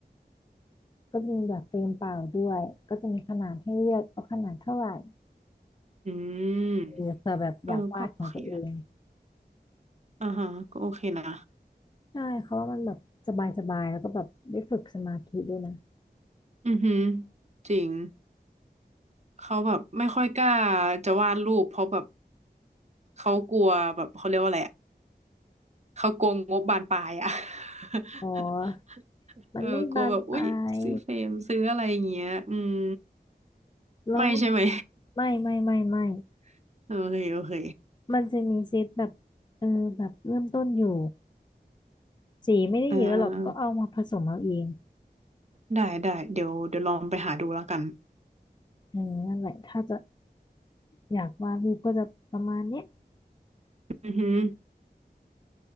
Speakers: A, on the left; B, on the right.
A: ก็จะมีแบบเฟรมเปล่าด้วยก็จะมีขนาดให้เลือกเอาขนาดเท่าไหร่
B: อืมเออก็โอเคนะ
A: เออเผื่อแบบอยากวาดของตัวเอง
B: อ่าฮะก็โอเคนะ
A: ใช่เขาว่ามันแบบสบายสบายแล้วก็แบบได้ฝึกสมาธิด้วยนะ
B: อือหือจริงเขาแบบไม่ค่อยกล้าจะวาดรูปเพราะแบบเขากลัวแบบเขาเรียกว่าอะไรอะเขากลัวงบบานปลายอะ <laughs>
A: อ๋อ มันไม่บานปลาย
B: เออกลัวแบบอุ๊ยซื้อเฟรมซื้ออะไรอย่างเงี้ยอืม
A: แล้ว
B: ไม่ใช่ไหม
A: ไม่ไม่ไม่ไม่
B: <laughs> โอเคโอเค
A: มันจะมีเซตแบบเออแบบเริ่มต้นอยู่สีไม่ได้เยอะหรอกก็เอามาผสมเอาเอง
B: อ่าได้ได้เดี๋ยวเดี๋ยวลองไปหาดูแล้วกัน
A: เออนั่นแหละถ้าจะอยากวาดรูปก็จะประมาณเนี้ย
B: อือหือ